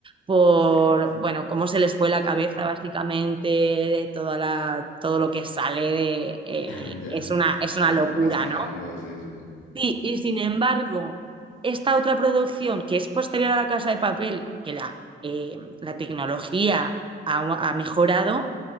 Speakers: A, on the right; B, on the left.
A: por,
B: Sí, sí.
A: bueno, cómo se les fue la cabeza básicamente, de toda la, todo lo que sale de, eh,
B: <laughs> Ya.
A: es una, es
B: Que
A: una
B: Va,
A: locura,
B: va escalando,
A: ¿no?
B: sí, sí, sí.
A: Sí, y sin embargo, esta otra producción que es posterior a La Casa de Papel, que la, eh, la tecnología ha, ha mejorado,